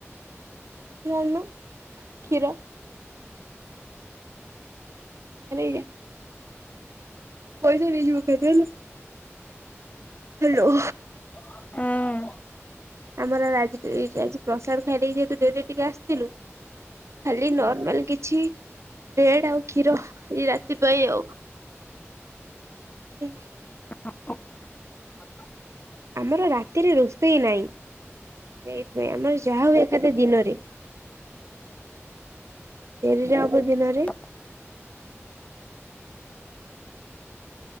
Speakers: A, on the right (about 70°); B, on the left (about 30°).
A: ନୋଉନୁ କ୍ଷୀର। ନେଇଯା। ପଇସା ନେଇଯିବ କେ କଇଲା। ହାଲୋ।
B: ହୁଁ
A: ଆମର ଆଜି <unintelligible> ପ୍ରସାଦ ଖାଇଦେଇକି ଯେହେତୁ ଡେରିରେ ଟିକେ ଆସିଥିଲୁ। ଖାଲି ନର୍ମାଲ କିଛି ବ୍ରେଡ ଆଉ କ୍ଷୀର ଏଇ ରାତି ପାଇଁ ଆଉ। ହୁଁ।
B: ଆଉ
A: ଆମର ରାତିରେ ରୋଷେଇ ନାହିଁ। ସେଇଥିପାଇଁ ଆମର ଯାହା ହୁଏ ଖାଲି ଦିନରେ। ଡେରିରେ ହବ ଦିନରେ।
B: <unintelligible> <unintelligible> <unintelligible>